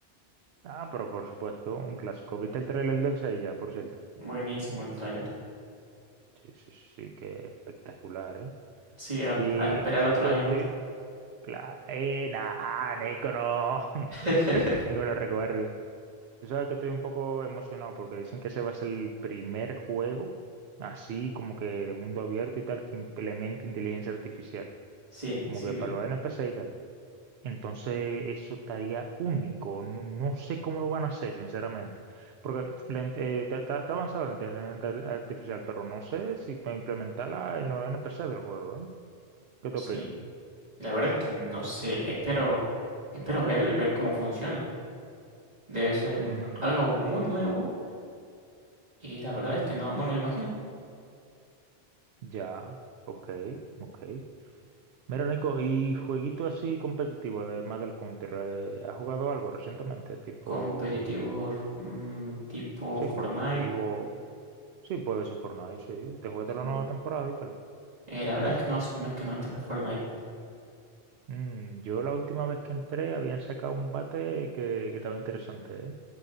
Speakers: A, on the right (about 70°); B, on the right (about 35°).
A: Ah, pero por supuesto, un clásico. ¿Viste el trailer del 6 ya, por cierto?
B: Buenísimo el tráiler
A: Sí, sí, sí, sí, que espectacular, ¿eh?
B: Sí, a,
A: Que
B: a esperar
A: tú sabes
B: otro
A: que
B: año
A: estoy...
B: más.
A: Cla- Eh, nah, Nico, no. <laughs>
B: <laughs>
A: Ni me lo recuerdo. Tú sabes que estoy un poco emocionado porque dicen que ese va a ser el primer juego, así como que de mundo abierto y tal, que implemente inteligencia artificial,
B: Sí,
A: como
B: sí
A: que
B: vi.
A: para los NPC y tal. Entonces, eso estaría único. No, no sé cómo lo van a hacer, sinceramente. Porque la int- eh, está está- está avanzada la inteligencia artificial, pero no sé si para implementarla en los NPC del juego, ¿eh? ¿Qué te
B: Sí.
A: opinas?
B: La verdad es que no sé, espero, espero verlo y ver cómo funciona. Debe ser un-
A: Mm,
B: algo muy nuevo y la verdad es que no, no me lo imagino.
A: ya, ok, ok. Mira, Nico, y jueguito así competitivo, además del Counter, eh, ¿has jugado algo recientemente? Tipo,
B: competitivo mm, tipo
A: sí,
B: Fortnite.
A: competitivo. Sí, puede ser Fortnite, sí. Te jugaste la
B: Sí.
A: nueva temporada y tal.
B: Eh, la verdad es que no hace un mes que no entro al Fortnite,
A: Mm, yo la última vez que entré habían sacado un bate que, que estaba interesante, ¿eh?